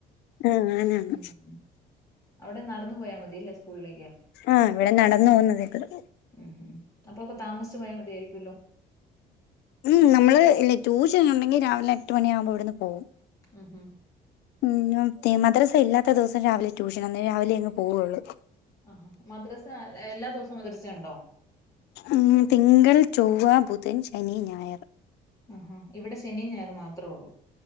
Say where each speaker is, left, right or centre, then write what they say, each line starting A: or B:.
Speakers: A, on the left; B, on the left.
A: ആ ഞാനാണ്.
B: ഉം. അവിടെ നടന്നു പോയാ മതില്ലേ? സ്കൂളിലേക്ക്.
A: ആഹ് ഇവിടെ നടന്നു പോകുന്നതേ ഉള്ളൂ
B: ഉം അപ്പപ്പൊ താമസിച്ചു പോയാൽ മതിയയിരിക്കുമല്ലോ.
A: ഉം നമ്മള് ഇല്ലെ ട്യൂഷൻ ഉണ്ടെങ്കിൽ രാവിലെ എട്ട് മണിയാവുമ്പോ ഇവിടുന്ന് പോവും.
B: ഉം ഹ്
A: മ് മദ്രാസ ഇല്ലാത്ത ദിവസം രാവിലെ ട്യൂഷൻ അന്നേ രാവിലെ അങ്ങ് പോകും അവള്.
B: ആ മദ്രസ. എല്ലാ ദിവസവും മദ്രസുണ്ടോ?
A: ഉം തിങ്കൾ, ചൊവ്വ, ബുധൻ, ശനി, ഞായർ.
B: ആഹ ഇവിടെ ശനിയും, ഞായറ് മാത്രേള്ളൂ.